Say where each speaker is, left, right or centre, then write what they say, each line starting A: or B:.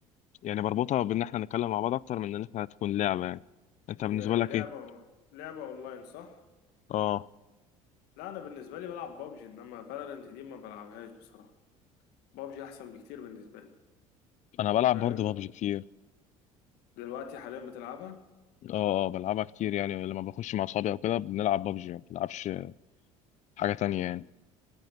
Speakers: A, on the left; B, on the left.
A: يعني بربطها بان احنا نتكلم مع بعض اكتر من ان احنا تكون لعبه يعني انت بالنسبه
B: هي
A: لك
B: لعبه
A: ايه
B: لعبه اونلاين صح
A: اه
B: لا انا بالنسبه لي بلعب بابجي انما فالورنت دي ما بلعبهاش بصراحه بابجي احسن بكتير بالنسبه لي
A: انا بلعب
B: فاهم
A: برضه بابجي كتير
B: دلوقتي حاليا بتلعبها
A: اه اه بلعبها كتير يعني لما بخش مع اصحابي او كده بنلعب بابجي ما بنلعبش حاجه تانية يعني